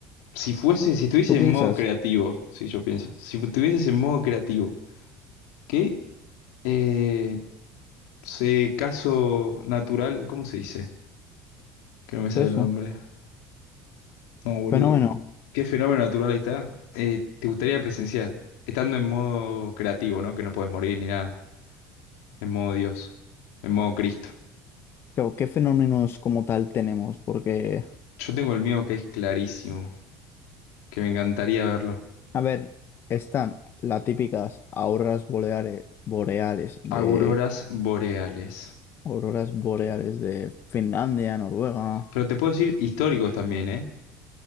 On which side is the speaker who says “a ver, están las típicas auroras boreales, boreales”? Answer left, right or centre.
Left